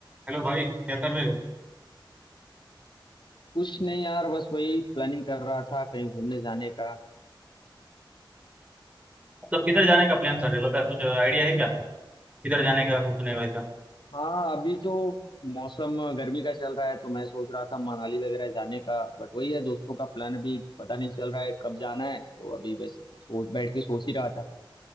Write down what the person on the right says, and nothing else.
Hello भाई क्या कर रहे हो
मतलब किधर जाने का प्लान कर रहे हो बता कुछ आइडिया है क्या आपको किधर जाने का कुछ नहीं वैसा